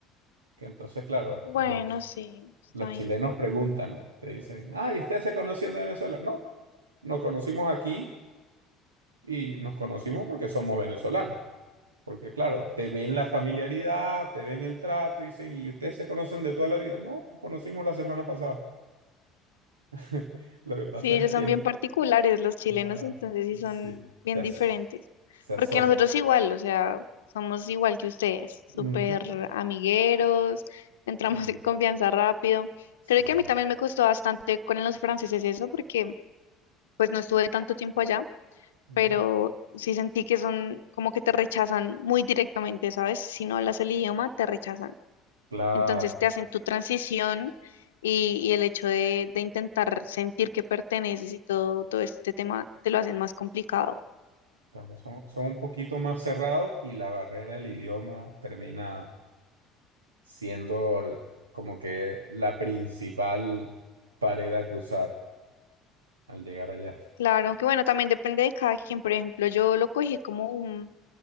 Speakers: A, on the right; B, on the left.
A: Que entonces, claro,
B: Bueno,
A: los,
B: sí, está
A: los
B: bien.
A: chilenos preguntan, ¿no? Te dicen, ah, ¿y ustedes se conocían de Venezuela? No, nos conocimos aquí y nos conocimos porque somos venezolanos. Porque, claro, te ven la familiaridad, te ven el trato y dicen, ¿y ustedes se conocen de toda la vida? No, nos conocimos la semana pasada. <laughs> Lo que pasa
B: Sí, ellos
A: es que
B: son bien particulares, los chilenos,
A: la...
B: entonces sí son
A: sí, se,
B: bien
A: as-
B: diferentes.
A: se asombra.
B: Porque nosotros igual, o sea, somos igual que ustedes, súper
A: Ujú,
B: amigueros, <laughs> entramos
A: Claro,
B: en confianza rápido.
A: sí.
B: Creo que a mí también me costó bastante con los franceses eso, porque pues no estuve tanto tiempo allá,
A: ¿no?
B: pero sí sentí que son como que te rechazan muy directamente, ¿sabes? Si no hablas el idioma, te rechazan.
A: Claro.
B: Entonces te hacen tu transición y, y el hecho de, de intentar sentir que perteneces y todo, todo este tema te lo hacen más complicado.
A: Claro, son, son un poquito más cerrados y la barrera del idioma termina siendo l- como que la principal pared a cruzar al llegar allá,
B: Claro, aunque bueno, también depende de cada quien. Por ejemplo, yo lo cogí como un,